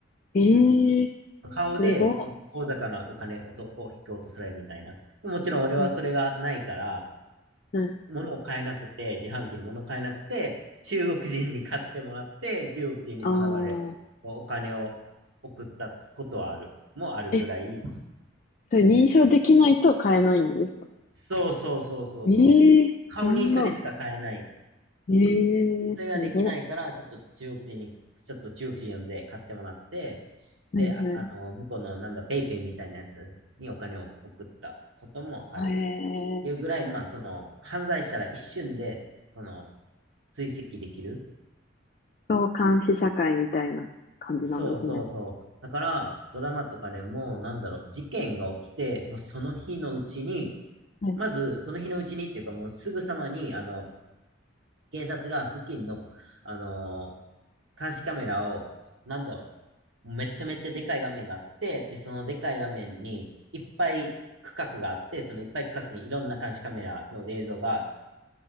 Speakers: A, on the left (about 40°); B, on the right (about 85°).
A: ええ
B: 顔で口座からお金をとを引き落とされるみたいな。
A: すごっ。
B: もちろん俺はそれがないから、
A: ほうはい。
B: 物を買えなくて、自販機に物を買えなくて、中国人に買ってもらって、中国人にその場でお金を送ったことはある、
A: ああ。
B: もあるぐらい、
A: え、それ認証できないと買えないんですか
B: そうそうそうそうそう、
A: ええそんな。
B: 顔認証でしか買えない。
A: え
B: それができないから、
A: えすごっ。
B: ちょっと中国人に、ちょっと中国人呼んで買ってもらって、で、
A: はいはい。
B: あ、あの、向こうのなんだ、ペイペイみたいなやつにお金を送ったこともある。
A: ええ
B: いうぐらい、まあ、その、犯罪したら一瞬で、その、追跡できる
A: そう、監視社会みたいな感じなんですね。
B: そうそうそう。だから、ドラマとかでも、なんだろう、事件が起きて、もうその日のうちに、
A: はい。
B: まず、その日のうちにっていうか、もうすぐさまに、あの、警察が付近の、あのー監視カメラを、なんだろう、めちゃめちゃでかい画面があって、で、そのでかい画面に、いっぱい区画があって、そのいっぱい区画にいろんな監視カメラの映像が、